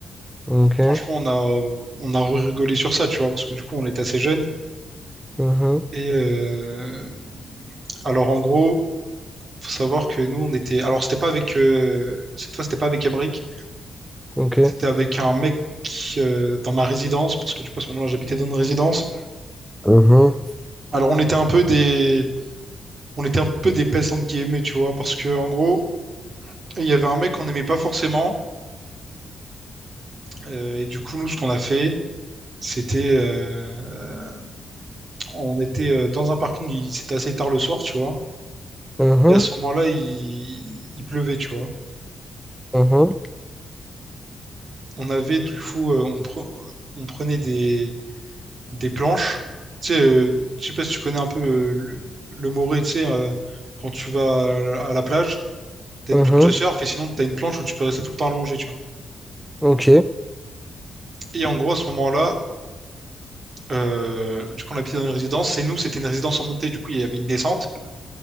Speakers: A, in the centre; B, on the right (about 50°).
A: Ok,
B: Franchement, on a, on a rigolé sur ça, tu vois, parce que du coup, on était assez jeunes.
A: mhm,
B: Et euh, alors, en gros, faut savoir que nous, on était. Alors, c'était pas avec. euh, Cette fois, c'était pas avec Emric,
A: ok,
B: c'était avec un mec qui, euh, dans ma résidence, parce que du coup, à ce moment-là, j'habitais dans une résidence.
A: mhm,
B: Alors, on était un peu des. On était un peu des pestes, entre guillemets, tu vois, parce que, en gros, il y avait un mec qu'on n'aimait pas forcément. euh, et du coup, nous, ce qu'on a fait, C'était, euh, on était euh, dans un parking, il- c'était assez tard le soir, tu vois.
A: mhm,
B: Et à ce moment-là, il, il pleuvait, tu vois.
A: mhm,
B: On avait du coup, euh, on, pre- on prenait des, des planches. Tu sais, euh, je sais pas si tu connais un peu euh, le, le Morez, tu sais, euh, quand tu vas à la, à la plage, t'as
A: mhm,
B: une planche de surf et sinon t'as une planche où tu peux rester tout le temps allongé, tu vois.
A: ok,
B: Et en gros, à ce moment-là, euh, du coup, on habitait dans une résidence. C'est nous, c'était une résidence en montée, du coup, il y avait une descente